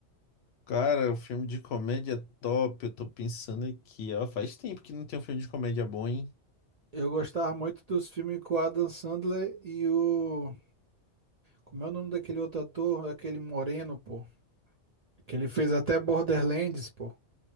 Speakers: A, on the left; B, on the right.
A: Cara, o filme de comédia é top. Eu tô pensando aqui, ó. Faz tempo que não tem um filme de comédia bom, hein?
B: Eu gostava muito dos filmes com o Adam Sandler e o. Como é o nome daquele outro ator? Aquele moreno, pô. Que ele fez até Borderlands, pô.